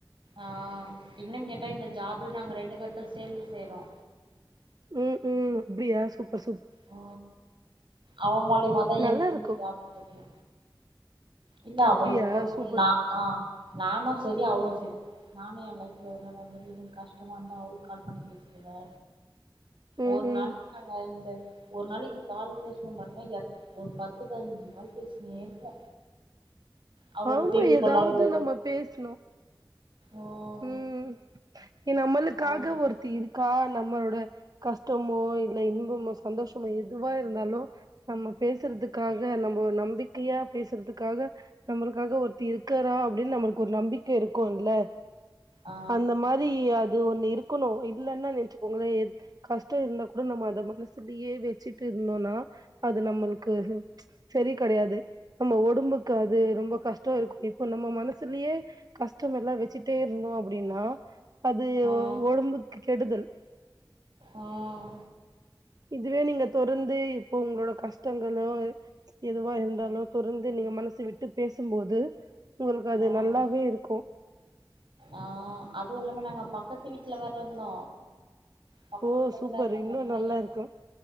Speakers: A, on the right; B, on the right.
A: ஆ இன்னு கேட்டா இந்த ஜாப் நாங்க ரெண்டு பேரு சேந்து செய்றோ
B: ம் அப்டியா சூப்பர் சூப்பர்
A: ஆ அவ மூலியுமாதா
B: நல்லா
A: எனக்கு
B: இருக்கு
A: இந்த ஜாப் தெரியு இல்ல
B: அப்டியா
A: அவ இப்ப வரைக்கு
B: சூப்பர்
A: ந ஆ நானு சரி அவளு சரி நானு ஏ லைஃப்ல எதுனா கஷ்டமா இருந்தா அவளுக்கு கால் பண்ணி பேசுவே
B: <inaudible>
A: ஒரு
B: ம்
A: நாளைக்கி தாங்க இந்த ஒரு நாளைக்கு கால் பேசுவோ பாருங்க எத் ஒரு பத்து பதினஞ்சி கால் பேசினே இருப்போ அவளோட
B: ஆமா
A: பேபி கொன்னாரெல்ல
B: ஏதாவது நம்ம பேசணு
A: ம்
B: ம் நம்மளுக்காக
A: அதனால
B: ஒருத்தி இருக் கா நம்மளோட கஷ்டமோ இல்ல இன்பமோ சந்தோஷமோ எதுவா இருந்தாலோ நம்ம பேசுறதுக்காக நம்மள நம்பி க்கியா பேசுறதுக்காக நம்மளுக்காக ஒருத்தி இருக்கரா அப்டின்னு நம்மளுக்கு ஒரு நம்பிக்க இருக்கும்ல்ல
A: ஆ
B: அந்த மாரி அது ஒண்ணு இருக்குணு இல்லன்னா நெச்சக்கோங்களே கஷ்டோ இருந்தா கூட நம்ம அத மனசுலியே வச்சுட்டு இருந்தோம்னா அது நம்மளுக்கு செரி கெடையாது நம்ம ஒடும்புக்கு அது ரொம்ப கஷ்ட இருக்கோ இப்போ நம்ம மனசுலியே கஷ்டோமெல்லா வச்சிட்டே இருந்தோ அப்டின்னா அது
A: ஆ
B: ஒடம்புக்கு கெடுதல்
A: ம்
B: இதுவே நீங்க தொரந்து இப்போ உங்களோட கஷ்டங்களோ எதுவா இருந்தாலோ தொரந்து நீங்க மனசு விட்டு பேசும்போது உங்களுக்கு அது
A: ம்
B: நல்லாவே இருக்கும்
A: ஆ அதுவும் இல்லாம நாங்க பக்கத்து வீட்ல வேர இந்தோ பக்கத்து
B: ஓ
A: பக்கத்துலா
B: சூப்பர்
A: இருந்த
B: இன்னு
A: மார்னா
B: நல்லா
A: ஏ
B: இருக்கு